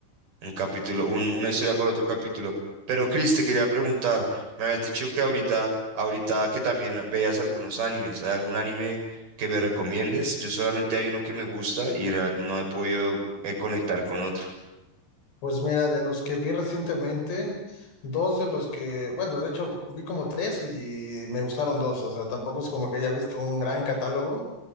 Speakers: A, on the right (about 50°); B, on the left (about 60°).
A: Un capítulo, un- una historia para otro capítulo. Pero Chris, te quería preguntar, me habías dicho que ahorita, ahorita que también veas algunos animes, ¿hay algún anime que me recomiendes? Yo solamente hay uno que me gusta y rea- no he podido eh, conectar con otro.
B: Pues mira, de los que vi recientemente, dos de los que, bueno, de hecho vi como tres y me gustaron dos, o sea, tampoco es como que haya visto un gran catálogo.